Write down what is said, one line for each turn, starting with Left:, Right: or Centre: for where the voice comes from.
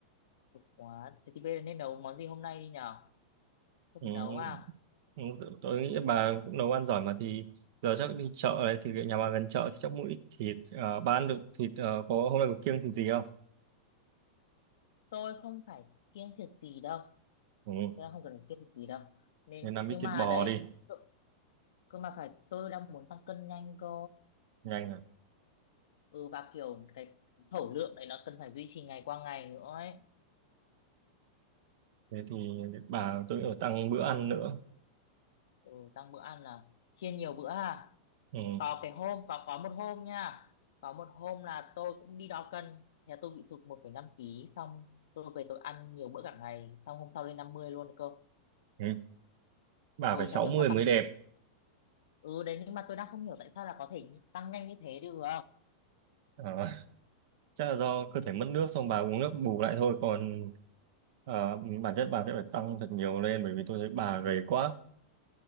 Left: quá. Thế thì bây giờ nên nấu món gì hôm nay đi nhở? Tôi
Right: ừ,
Left: cứ nấu à?
Right: ừ, tôi nghĩ bà cũng nấu ăn giỏi mà thì giờ chắc đi chợ đấy thì nhà bà gần chợ thì chắc mua ít thịt uh, bà ăn được thịt ờ, có hôm nay có kiêng thịt gì không
Left: Tôi không phải kiêng thịt gì đâu.
Right: ừ,
Left: Tôi đang không cần phải kiêng thịt gì đâu. Nên,
Right: nên làm
Left: nhưng
Right: ít thịt
Left: mà
Right: bò
Left: đấy,
Right: đi
Left: cơ cơ mà phải, tôi đang muốn tăng cân nhanh cơ.
Right: nhanh à
Left: Ừ, và kiểu cái, cái thổ lượng đấy nó cần phải duy trì ngày qua ngày nữa ấy.
Right: thế thì bà tôi ở tăng bữa ăn nữa
Left: ừ, tăng bữa ăn là chia nhiều bữa ha
Right: ừ.
Left: có cái hôm có có một hôm nha có một hôm là tôi cũng đi đo cân thế là tôi bị sụt một phẩy năm ký xong tôi về tôi ăn nhiều bữa cả ngày xong hôm sau lên 50 luôn cơ
Right: Ừ. bà
Left: ừ
Right: phải sáu
Left: chả hiểu
Right: mươi
Left: sao
Right: mới
Left: tăng
Right: đẹp
Left: ừ đấy nhưng mà tôi đang không hiểu tại sao là có thể tăng nhanh như thế được
Right: Ờ, <laughs> chắc là do cơ thể mất nước xong bà uống nước bù lại thôi còn ờ, bản chất bà sẽ phải tăng thật nhiều lên bởi vì tôi thấy bà gầy quá